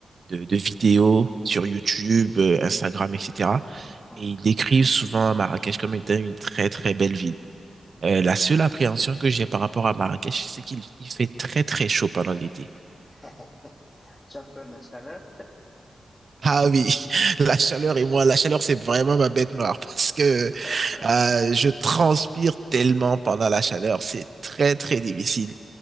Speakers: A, on the right; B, on the left.
A: de, de vidéos sur YouTube, euh, Instagram, etc.
B: mhm.
A: Et ils décrivent souvent Marrakech comme étant une très très belle ville. Euh, la seule appréhension que j'ai par rapport à Marrakech, c'est qu'il il fait très très chaud pendant l'été.
B: <laughs> Tu as peur de la chaleur?
A: Ah oui, <laughs> la chaleur et moi, la chaleur, c'est vraiment ma bête noire <laughs> parce que
B: <laughs>
A: euh, je transpire tellement pendant la chaleur, c'est très très difficile.